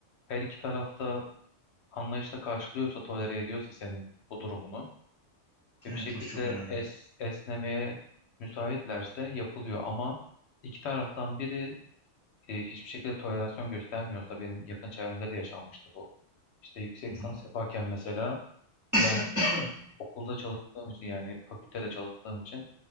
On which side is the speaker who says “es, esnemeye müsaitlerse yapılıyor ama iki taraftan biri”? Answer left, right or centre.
Left